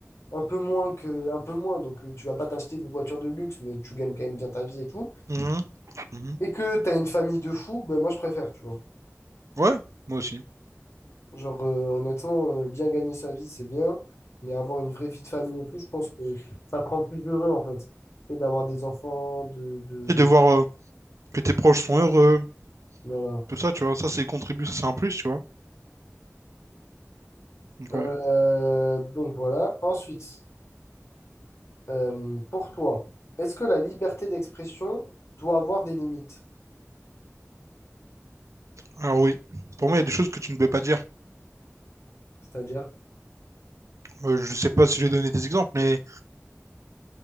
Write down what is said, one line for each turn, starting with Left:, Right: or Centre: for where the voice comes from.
Left: un peu moins que un peu moins, donc euh, tu vas pas t'acheter des voitures de luxe, mais tu gagnes quand même bien ta vie et tout,
Right: Mhm. Mhm.
Left: et que t'as une famille de fous, ben moi je préfère, tu vois.
Right: Ouais, moi aussi.
Left: Genre euh, honnêtement, euh, bien gagner sa vie, c'est bien, mais avoir une vraie vie de famille et tout, je pense que ça te rend plus heureux en fait. C'est d'avoir des enfants, de, de...
Right: Et de voir euh, que tes proches sont heureux.
Left: Voilà.
Right: tout ça, tu vois. Ça, c'est contribuer, ça, c'est un plus, tu vois. Donc,
Left: Euh,
Right: ouais.
Left: donc voilà. Ensuite, euh, pour toi, est-ce que la liberté d'expression doit avoir des limites?
Right: Alors oui, pour moi, il y a des choses que tu ne peux pas dire.
Left: C'est-à-dire,
Right: Euh, je sais pas si j'ai donné des exemples, mais